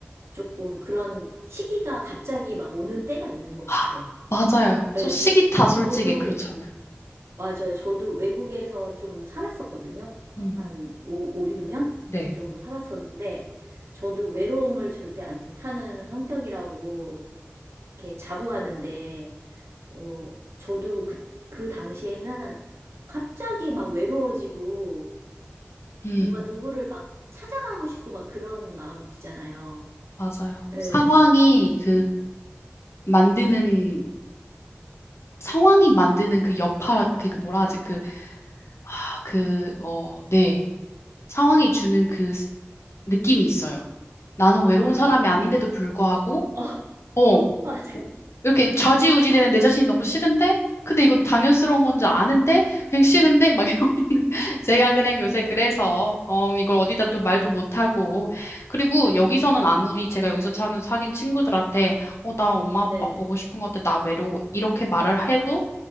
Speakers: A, on the right; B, on the left.
A: 조금 그런 시기가 갑자기 막 오는 때가 있는
B: <gasps>
A: 것 같아요.
B: 하, 맞아요.
A: 네,
B: 저 시기타
A: 저,
B: 솔직히
A: 저도,
B: 그렇잖아요.
A: 맞아요. 저도 외국에서 좀 살았었거든요.
B: 음,
A: 한 오 오 육 년
B: 네.
A: 그 정도 살았었는데, 저도 외로움을 절대 안 타는 성격이라고 이렇게 자부하는데, 어, 저도 그, 그 당시에는 갑자기 막 외로워지고,
B: 음,
A: 뭔가 누구를 막 찾아가고 싶고 막 그런 마음 있잖아요.
B: 맞아요.
A: 예,
B: 상황이 그 만드는, 상황이 만드는 그 여파, 그니까 뭐라 하지, 그, 아, 그, 어, 네. 상황이 주는 그 스- 느낌이 있어요. 나는 외로운
A: 맞아요.
B: 사람이 아닌데도 불구하고,
A: 어,
B: 어,
A: <laughs> 맞아.
B: 이렇게 좌지우지 되는 내 자신이 너무 싫은데? 근데 이거 당연스러운 건지 아는데? 그냥 싫은데? 막 이러고 <laughs> 있는. 제가 그냥 요새
A: 어,
B: 그래서, 어, 이걸 어디다 또 말도 못하고. 그리고 여기서는 아무리 제가 여기서 차는 사귄 친구들한테, 어, 나 엄마 아빠
A: 네.
B: 보고 싶은 것 같아. 나 외로워. 이렇게 말을 해도